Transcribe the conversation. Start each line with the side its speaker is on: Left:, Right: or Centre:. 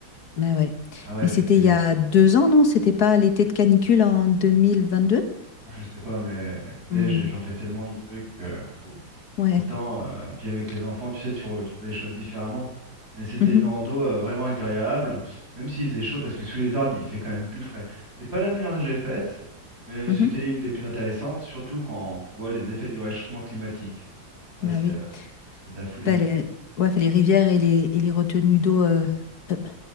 Left: Mais ouais.
Right: Ah ouais,
Left: Mais
Right: c'était...
Left: c'était il y a deux ans, non? C'était pas l'été de canicule en 2022?
Right: moi, Je sais pas, mais euh, tu
Left: Mm.
Right: sais, j'ai- j'en fais tellement de trucs. euh, ouf.
Left: Ouais.
Right: le temps. euh, puis avec les enfants, tu sais, tu, re- tu vois les choses différemment. Mais c'était
Left: Mhm,
Right: une rando euh, vraiment agréable, même s'il faisait chaud, parce que sous les arbres, il fait quand même plus frais. C'est pas la meilleure que j'ai faite, mais
Left: mhm.
Right: c'était une des plus intéressantes, surtout quand tu vois les effets du réchauffement climatique. Hein, Ça,
Left: Bah
Right: c'est
Left: oui.
Right: euh, c'est de la folie.
Left: Bah, les... Ouais, enfin, les rivières et les, et les retenues d'eau euh, euh,